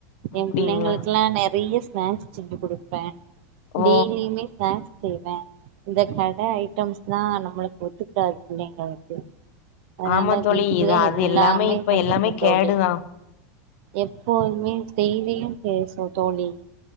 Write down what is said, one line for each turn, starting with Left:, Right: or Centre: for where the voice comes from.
Right: எம்
Left: அப்டிங்களா
Right: பிள்ளைங்களுக்லா நெறைய ஸ்நாக்ஸ் செஞ்சு குடுப்பே
Left: ஓ
Right: டெய்லியுமே ஸ்நாக்ஸ் செய்வே இந்த கட ஐட்டம்ஸ்லா நம்மளுக்கு ஒத்துக்காது பிள்ளைங்களுக்கு அதனால
Left: ஆமா தோழி
Right: வீட்லே
Left: இது அது எல்லாமே
Right: பண்ணிக்குவே
Left: எல்லாமே
Right: தோழி
Left: கேடுதா
Right: எப்போதுமே டெய்லியு பேசுவ தோழி